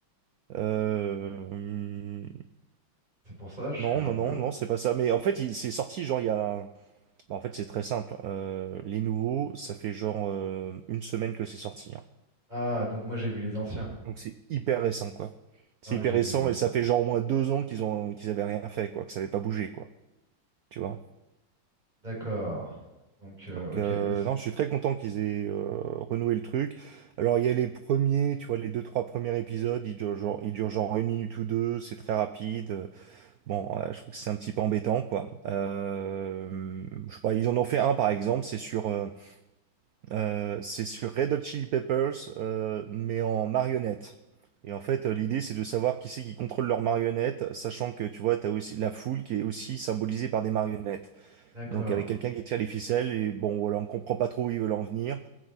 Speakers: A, on the right (about 80°); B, on the right (about 20°).
A: Euh, hum,
B: C'est pour ça, je
A: non,
B: suis un
A: non,
B: peu...
A: non, non, c'est pas ça. Mais en fait, il- c'est sorti, genre, il y a... bah, en fait, c'est très simple. Euh, les nouveaux, ça fait genre euh, une semaine que c'est sorti. hein.
B: Ah, donc moi j'ai vu les anciens.
A: Donc, c'est hyper récent, quoi. C'est
B: Ah, mais
A: hyper
B: j'ai
A: récent
B: vu les anciens.
A: et ça fait genre au moins deux ans qu'ils ont qu'ils avaient rien fait, quoi, que ça avait pas bougé, quoi. Tu vois?
B: D'accord. Donc, euh,
A: Donc
B: ok,
A: euh,
B: bah, c'est-
A: non, je suis très content qu'ils aient euh, renoué le truc. Alors il y a les premiers, tu vois, les deux, trois premiers épisodes, ils durent genre, ils durent genre une minute ou deux, c'est très rapide. Euh, Bon, euh, je trouve que c'est un petit peu embêtant, quoi. Euh, je sais pas, ils en ont fait un par exemple, c'est sur, euh, euh, c'est sur Red Hot Chili Peppers, euh, mais en marionnette. Et en fait, euh, l'idée, c'est de savoir qui c'est qui contrôle leurs marionnettes, sachant que, tu vois, t'as aussi la foule qui est aussi symbolisée par des marionnettes.
B: d'accord.
A: Donc avec quelqu'un qui tire les ficelles, et bon voilà, on comprend pas trop où ils veulent en venir.